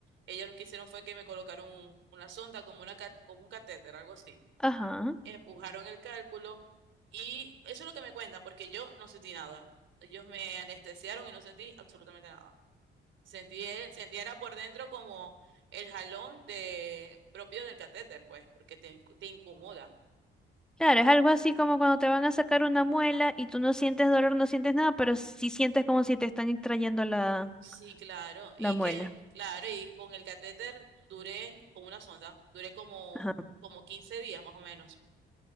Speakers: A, on the right (about 75°); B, in the centre.
A: Ellos lo que hicieron fue que me colocaron un- una sonda como una ca- como un catéter, algo así.
B: Ajá.
A: Empujaron el cálculo y eso es lo que me cuenta, porque yo no sentí nada. Ellos me anestesiaron y no sentí absolutamente nada. Sentí, el- sentí era por dentro como el jalón de, propio del catéter, pues, porque te, incu- te incomoda,
B: Claro, es algo así como cuando te van a sacar una muela y tú no sientes dolor, no sientes nada, pero sí sientes como si te están extrayendo la,
A: Sí, claro. Y
B: la muela.
A: que, claro, y con el catéter duré, con una sonda, duré como,
B: Ajá,
A: como 15 días más o menos.